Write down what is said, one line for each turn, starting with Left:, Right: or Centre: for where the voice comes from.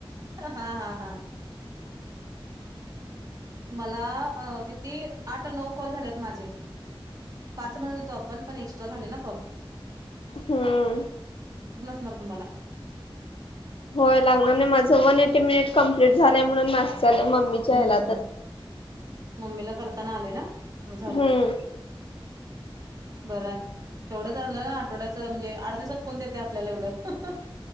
Right: हा हा हा मला अ किती आठ नऊ कॉल झालेत माझे पाच म्हणत होतो आपण पण एक्स्ट्रा झाले ना कॉल
Left: हम्म
Right: नत मला
Left: होय लागणार नाही माझं वन एटी मिनिट कम्प्लीट झालंय म्हणून ले मम्मीच्या
Right: हम्म
Left: ह्याला तर
Right: मम्मीला करताना आलंय ना म झालं
Left: हम्म
Right: ते बरं आहे, तेवढं आणलय ना आठवड्याच म्हणजे आठ दिवसात कोण देते आपल्याला एवढं